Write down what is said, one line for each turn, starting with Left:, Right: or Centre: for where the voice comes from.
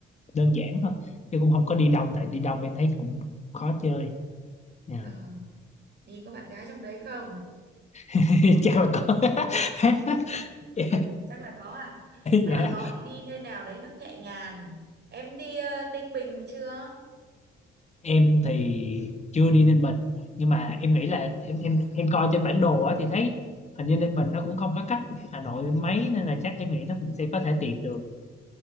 Left: đơn giản thôi chứ cũng không có đi
Right: Ừ.
Left: đông
Right: Rồi.
Left: tại đi đông em thấy cũng khó chơi Dạ.
Right: Ờ, đi có bạn gái trong đấy không?
Left: <laughs> chắc là có <laughs> Dạ.
Right: chắc là có à chắc
Left: Dạ.
Right: là có thì đi nơi nào đấy nó nhẹ nhàng em đi ờ, Ninh Bình chưa
Left: em thì chưa đi Ninh Bình nhưng mà em
Right: ừ.
Left: nghĩ là em em em coi trên bản đồ á thì thấy hình như Ninh Bình nó cũng không có cách Hà Nội mấy nên là chắc em nghĩ nó
Right: Ừ.
Left: cũng sẽ có thể tiện đường